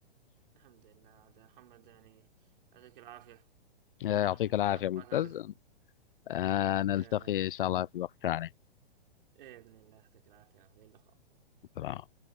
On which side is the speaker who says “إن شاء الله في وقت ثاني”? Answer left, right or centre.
Left